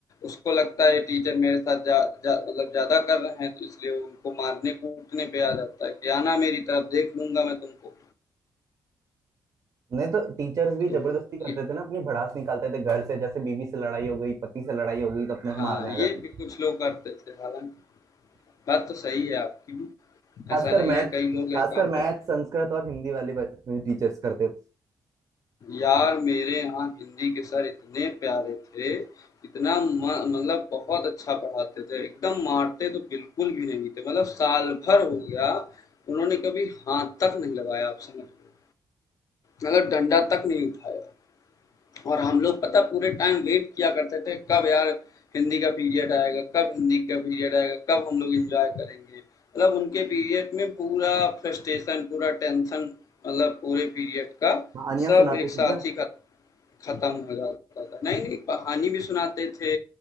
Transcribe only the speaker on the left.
उसको लगता है टीचर मेरे साथ जा जा मतलब ज़्यादा कर रहे हैं तो इसलिए वो उनको मारने-कूटने पे आ जाता है कि आना मेरी तरफ देख लूँगा मैं तुमको।
तो
ये
हाँ,
ये
भी
कुछ लोग करते थे हालांकि बात तो सही है आपकी भी
ऐसा नहीं
है कई लोग ये
काम
कर
यार मेरे यहाँ हिंदी के सर इतने प्यारे थे इतना म- मतलब बहुत अच्छा पढ़ाते थे एकदम मारते तो बिल्कुल भी नहीं थे मतलब साल भर हो गया उन्होंने कभी हाथ तक नहीं लगाया आप समझ लो मतलब डंडा तक नहीं उठाया और हम लोग पता पूरे टाइम वेट किया करते थे कब यार हिंदी का पीरियड आएगा कब हिंदी का पीरियड आएगा कब हम लोग एंजॉय करेंगे मतलब उनके पीरियड में पूरा फ्रस्ट्रेशन पूरा टेंशन मतलब पूरे पीरियड का
सब
एक साथ
ही खत्म खत्म हो जाता था नहीं नहीं कहानी भी सुनाते थे